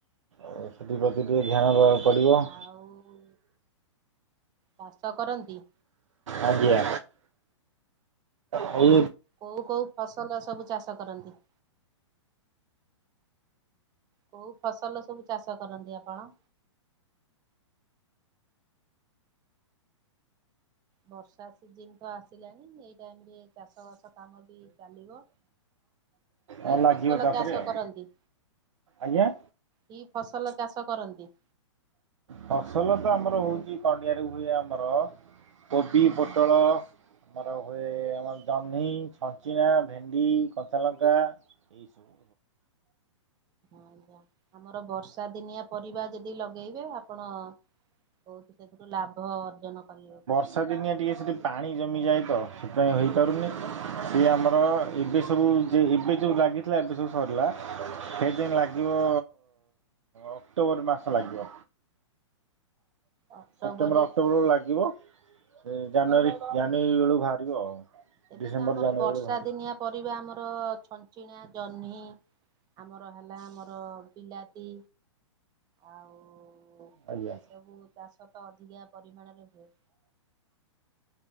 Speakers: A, on the right; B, on the right.
A: ଆଉ ସେଥିପ୍ରତି ଟିକେ ଧ୍ୟାନ ଦେବାକୁ ପଡ଼ିବ।
B: ଆଉ ଚାଷ କରନ୍ତି?
A: ଆଜ୍ଞା ହଉ ଏବେ।
B: କୋଉଁ କୋଉଁ ଫସଲ ସବୁ ଚାଷ କରନ୍ତି? କୋଉଁ ଫସଲ ସବୁ ଚାଷ କରନ୍ତି ଆପଣ? ବର୍ଷା ସିଜିନ ତ ଆସିଲାଣି ଏଇ ଟାଇମ ରେ ଚାଷ ବାସ କାମ ବି ଚାଲିବ। କି
A: ହଁ ଲାଗିବ
B: ଫସଲ
A: ତାପରେ
B: ଚାଷ
A: ଆଉ
B: କରନ୍ତି?
A: ଆଜ୍ଞା।
B: କି ଫସଲ ଚାଷ କରନ୍ତି?
A: ଫସଲ ତ ଆମର ହଉଛି କଣ୍ଡିଆରେ ହୁଏ ଆମର। କୋବି ପୋଟଳ। ଆମର ହୁଏ ଆମର ଜହ୍ନି ଛଞ୍ଚିଣା ଭେଣ୍ଡି କଞ୍ଚାଲଙ୍କା। ଏଇ ସବୁ।
B: ଆଜ୍ଞା। ଆମର ବର୍ଷା ଦିନିଆ ପରିବା ଯେତେ ଯଦି ଲଗେଇବେ ଆପଣ ବହୁତ ସେଥିରୁ ଲାଭ ଅର୍ଜନ କରିବେ।
A: ଚାର୍ଷଦିନିଆ ଟିକେ ସେଠିଁ ପାଣି ଜମିଯାଏ ତ ସେଥିପାଇଁ ହୋଇପାରୁନି ସିଏ ଆମର। ଏବେ ସବୁ ଯେ ଏବେ ଯୋଉଁ ଲାଗିଥିଲା ଏବେ ସବୁ ସରିଲା ଏବେ ଲାଗିବ ଅକ୍ଟୋବର ମାସ ଲାଗିବ।
B: ଅକ୍ଟୋବରରେ
A: ସେପ୍ଟେମ୍ବର ଅକ୍ଟୋବରରୁ ବେଳକୁ ଲାଗିବ। ସେ ଜାନୁଆରୀ ଜାନୁୟରୀ ବେଳକୁ ବାହାରିବ ଆଉ।
B: ଏବେ
A: ଡିସେମ୍ବର
B: ତ ଆମର
A: ଜାନୁଆରୀ
B: ବର୍ଷା
A: ବେଳକୁ ବାହାରିବ
B: ଦିନିଆ ପରିବା ଆମର ଛଞ୍ଚିଣା ଜହ୍ନି ଆମର ହେଲା ଆମର ବିଲାତି ଆଉ। ଏଇ
A: ଆଜ୍ଞା
B: ସବୁ ଚାଷ ତ ଅଧିକା ପରିମାଣରେ ହୁଏ।